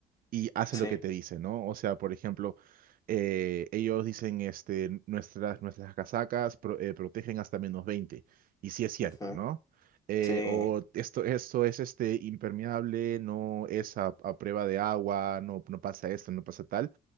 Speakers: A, on the right; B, on the left.
A: y hace
B: sí,
A: lo que te dice, ¿no? O sea, por ejemplo, eh, ellos dicen este, nuestras, nuestras casacas pro- eh, protegen hasta menos 20 y sí es cierto,
B: ujú,
A: ¿no? Eh,
B: sí,
A: o esto, esto es este, impermeable, no es a, a prueba de agua, no, no pasa esto, no pasa tal